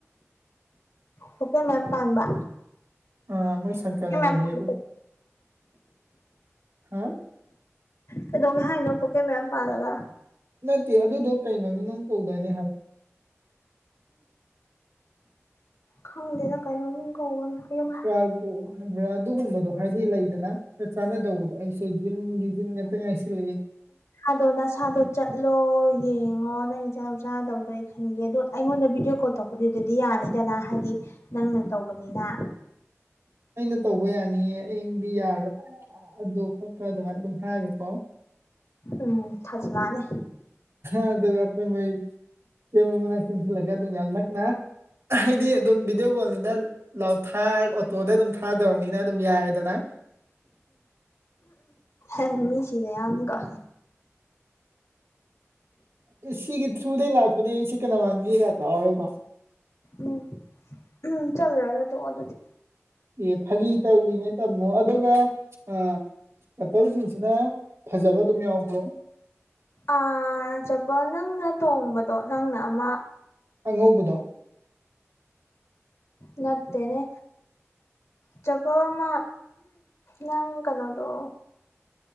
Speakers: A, on the left; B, on the right.
A: ꯄꯣꯀꯦꯠ ꯃꯌꯥꯝ ꯄꯥꯟꯕ
B: ꯑ ꯃꯣꯏ ꯁꯪꯀꯔꯅꯥꯒ
A: ꯄꯣꯀꯦꯠ ꯃꯌꯥꯝ
B: ꯍꯦꯛ
A: ꯄꯥꯟꯕ
B: ꯎꯞ ꯍꯥ
A: ꯀꯩꯗꯧꯒꯦ ꯍꯥꯏꯅꯣ ꯄꯣꯀꯦꯠ ꯃꯌꯥꯝ ꯄꯥꯜꯂꯒ
B: ꯅꯠꯇꯦ ꯑꯗꯨꯗꯣ ꯀꯩ ꯃꯃꯤꯡꯅꯣꯝ ꯀꯧꯗꯥꯏꯅꯦ ꯍꯥꯏ
A: ꯈꯪꯗꯦꯗ ꯀꯩ ꯃꯃꯤꯡ ꯀꯧꯕꯅꯣ ꯑꯌꯣ
B: <unintelligible> ꯑꯗꯨꯒꯨꯝꯕꯗꯣ ꯍꯥꯏꯗꯤ ꯂꯩꯗꯅ ꯆꯞ ꯆꯥꯟꯅꯗꯧꯕꯗꯣ ꯑꯩ <unintelligible> ꯖꯤꯟ ꯉꯥꯛꯇ ꯉꯥꯏꯁꯤꯜꯂꯦ
A: ꯑꯗꯣ ꯅꯁꯥꯗꯣ ꯆꯠꯂꯣ ꯌꯦꯡꯉꯣ ꯅꯪ ꯆꯥꯅꯕ ꯆꯥꯅꯗꯕꯗꯣ ꯑꯩ ꯈꯟꯒꯦ ꯑꯗꯣ ꯑꯩꯉꯣꯟꯗ ꯚꯗꯤꯑꯣ ꯀꯣꯜ ꯇꯣꯛꯗꯨꯗꯗꯤ ꯌꯥꯅꯤꯗꯅ ꯍꯥꯏꯗꯤ ꯅꯪꯅ ꯇꯧꯕꯅꯤꯅ
B: ꯑꯩꯅ ꯇꯧꯕ ꯌꯥꯅꯤꯡꯑꯦ ꯑꯪꯗꯤ ꯌꯥꯕ꯭ꯔꯥ ꯑꯗꯨ ꯈꯣꯠꯄ꯭ꯔꯥ ꯑꯗꯨꯃꯥꯏꯅ ꯑꯗꯨꯝ ꯍꯥꯏꯒꯦꯀꯣ
A: ꯎꯝ ꯊꯥꯖꯜꯂꯑꯅꯦ
B: ꯑꯗꯨꯒ ꯑꯩꯈꯣꯏ ꯃꯩ <unintelligible> ꯁꯤꯜꯂꯒꯦ ꯑꯗꯨꯝ ꯌꯥꯝ ꯅꯛꯅ ꯍꯥꯏꯗꯤ ꯑꯗꯨꯝ ꯚꯤꯗꯤꯑꯣ ꯀꯣꯜꯅꯤꯅ ꯂꯥꯎꯠ ꯊꯥꯔ ꯑꯣꯇꯣꯗ ꯑꯗꯨꯝ ꯊꯥꯗꯧꯔꯕꯅꯤꯅ ꯑꯗꯨꯝ ꯌꯥꯏꯑꯦꯗꯅ
A: ꯎꯝ ꯎ ꯃꯤ ꯁꯤꯕ ꯌꯥꯎꯅꯤꯀꯣ
B: ꯑꯦ ꯁꯤꯒꯤ ꯊ꯭ꯔꯨꯗꯩ ꯂꯥꯛꯄꯅꯦ ꯑꯩ ꯁꯤ ꯀꯅꯥ ꯃꯒꯦꯒ ꯇꯧꯔꯕꯀꯣ
A: ꯎꯝ ꯎꯝ ꯆꯜꯂꯨꯔꯅꯣ ꯇꯣꯛꯑꯣ ꯑꯗꯨꯗꯤ
B: ꯑꯦ ꯐꯥꯒꯤ ꯇꯧꯔꯤꯅꯦ ꯇꯝꯃꯣ ꯑꯗꯨꯒ ꯑ ꯑꯇꯩꯁꯤꯡꯁꯤꯅ ꯐꯖꯕ ꯑꯗꯨꯝ ꯌꯥꯎꯕ꯭ꯔꯣ
A: ꯑ ꯆꯄꯜ ꯅꯪꯅ ꯇꯣꯡꯡꯕꯗꯣ ꯅꯪꯅ ꯑꯃ
B: ꯑꯉꯧꯕꯗꯣ
A: ꯅꯠꯇꯅꯦ ꯆꯄꯜ ꯑꯃ ꯅꯪ ꯀꯩꯅꯣꯗꯣ